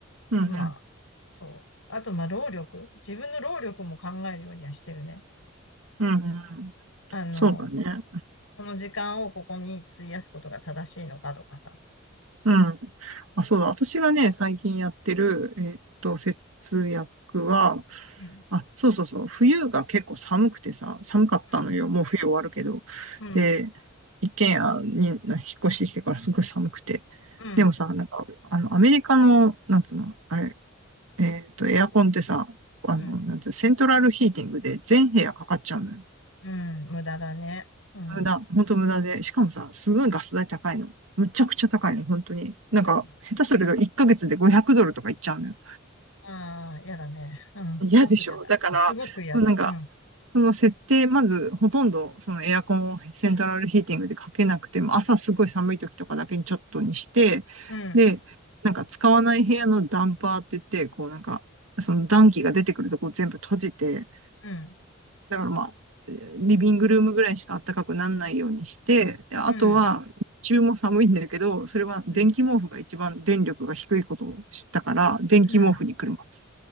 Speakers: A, on the right (about 80°); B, on the left (about 80°).
A: うん、
B: まあそう。
A: うん、
B: あとまあ労力。自分の労力も考えるようにはしてるね。
A: うん。うん
B: あの、
A: そうだね。
B: この時間をここに費やすことが正しいのかとかさ。
A: うん。あ、そうだ。私がね、最近やってる、えーっと、節約は、
B: うん。
A: あ、そうそうそう。冬が結構寒くてさ、寒かったのよ。
B: うん。
A: もう冬終わるけど。
B: うん。
A: で、一軒家に引っ越してきてからすごい寒くて。
B: う
A: でもさ、なんか、あの、アメリカの、なんつうの、あれ、えーっと、エアコンってさ、あの、
B: ん。
A: なんつう、セントラルヒーティングで全部屋かかっちゃうのよ。
B: うん、無駄だね。うん。
A: 無駄、本当無駄で。しかもさ、すごいガス代高いの。むちゃくちゃ高いの、本当に。なんか、
B: おかしい。
A: 下手すると1ヶ月で500ドルとかいっちゃうのよ。
B: ああ、嫌だね。うん、すごく嫌だ。
A: 嫌でしょだから、
B: すごく嫌だ。
A: なんか、
B: うん、
A: その設定、まず、ほとんど、そのエアコンをセントラルヒーティングでかけなくても、朝すごい寒い時とかだけにちょっとにして、
B: うん、
A: で、なんか使わない部屋のダンパーって言って、こうなんか、その暖気が出てくるとこ全部閉じて、
B: うん、
A: だからまあ、リビングルームぐらいしか暖かくならないようにして、で、あとは、
B: うん、
A: 日中も寒いんだけど、それは電気毛布が一番電力が低いことを知ったから、
B: うん。
A: 電気毛布に車って。
B: うん